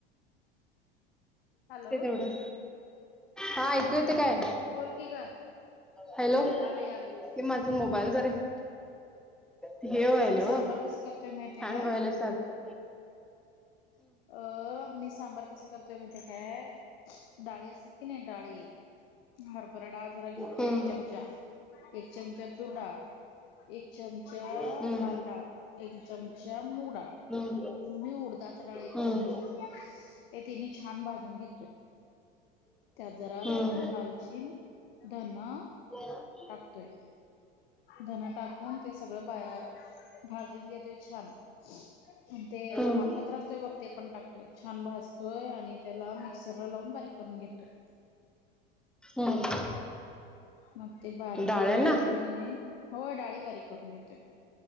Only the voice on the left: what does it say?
हॅलो
बोल की ग
यालय यालय
मी सांबार
कसं करतोय माहितीय
काय?
अ. मी सांबार कस करतोय माहीतय काय? डाळी असतेत की नाही डाळी हरभराडाळ जरा घेतो
एक, चमचा एक चमचा तुरडाळ, एक चमचा
लालडाळ, एक चमचा मुगडाळ. आणि
उडदाचा डाळ एक
चमचा.
ये तिनी छान भाजून घेतोय त्यात जरा लवंग
दालचीन धनो
तोय धनं टाकून ते सगळं बा भाजून घेतोय छान आणि ते
तमालपत्र
असतोय बघ ते पण टाकतोय छान भासतोय आणि त्याला मिक्सर ला लावून बारीक करून घेतोय
मग ते बारीक
करून घेतलो की नाही हो डाळी बारीक करून घेतोय